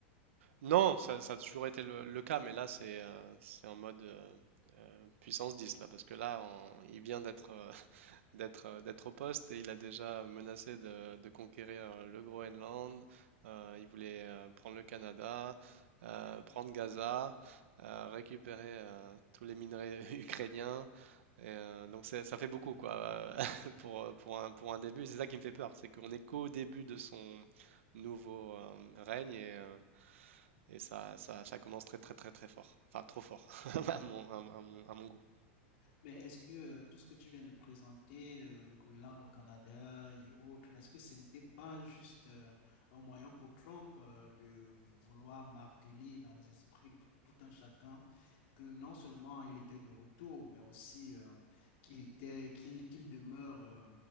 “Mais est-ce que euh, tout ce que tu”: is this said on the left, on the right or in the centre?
Left